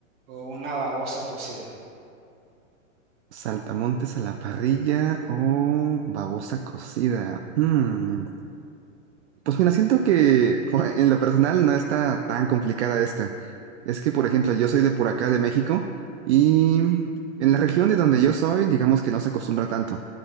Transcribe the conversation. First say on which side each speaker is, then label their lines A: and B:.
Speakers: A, on the right; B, on the right.
A: o una babosa cocida.
B: Saltamontes a la parrilla o babosa cocida. Hmm, Pues mira, siento que <laughs> bueno, en lo personal no está tan complicada esta. Es que, por ejemplo, yo soy de por acá, de México, y en la región de donde yo soy, digamos que no se acostumbra tanto.